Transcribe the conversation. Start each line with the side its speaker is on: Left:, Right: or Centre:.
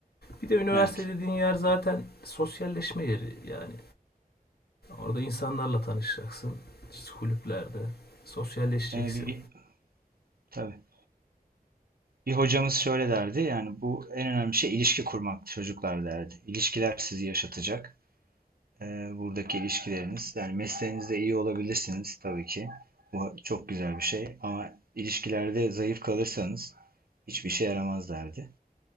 Left: Bir de üniversite
Right: Evet.
Left: dediğin yer zaten sosyalleşme yeri yani. Orada insanlarla tanışacaksın işte kulüplerde. Sosyalleşeceksin.
Right: E, bir tabii. Bir hocamız şöyle derdi yani bu en önemli şey ilişki kurmak çocuklar derdi. İlişkiler sizi yaşatacak. Ee, buradaki ilişkileriniz. Yani mesleğinizde iyi olabilirsiniz tabii ki. Bu çok güzel bir şey. Ama ilişkilerde zayıf kalırsanız hiçbir şey yaramaz derdi.